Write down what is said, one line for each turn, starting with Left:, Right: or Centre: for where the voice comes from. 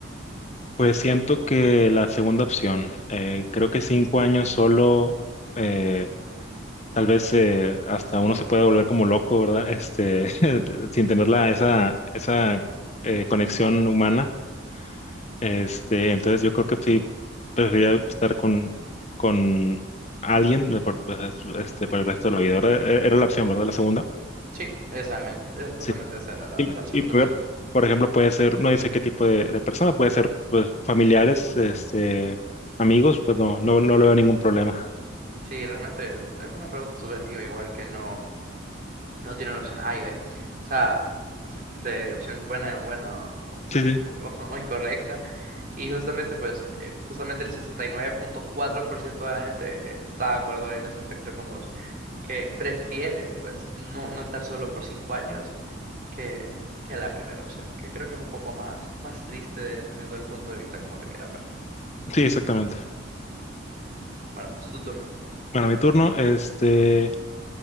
Left: pues siento que la segunda opción, eh, creo que cinco años solo, eh, tal vez eh, hasta uno se pueda volver como loco, ¿verdad? Este, <laughs> sin tener la, esa, esa eh, conexión humana. Este, entonces yo creo que sí preferiría estar con, con alguien de por- pues, este, para el resto de la vida. Ahora, e- Era la opción, ¿verdad? La segunda.
Right: Sí, exactamente, eh, justamente
Left: Sí.
Right: esa era la,
Left: Y,
Right: la segunda
Left: y, por
Right: opción.
Left: por ejemplo, puede ser, no dice qué tipo de, de persona, puede ser pues familiares, este, amigos, pues no, no, no le veo ningún problema.
Right: Sí, realmente es una pregunta subjetiva, igual que no. No tienen opción A y B. O sea, <laughs> de opción buena, buena o,
Left: Sí,
Right: o-
Left: sí.
Right: o- <laughs> o incorrecta. Y justamente, pues, eh, justamente el 69.4% de la gente eh, está de acuerdo en ese aspecto con vos. Que prefieren, pues, no, no estar solo por cinco años que, que la primera opción. Que creo que es un poco más, más triste dependiendo del punto de vista como lo quiera ver.
Left: Sí, exactamente.
Right: Bueno, es tu turno.
Left: Bueno, mi turno, este,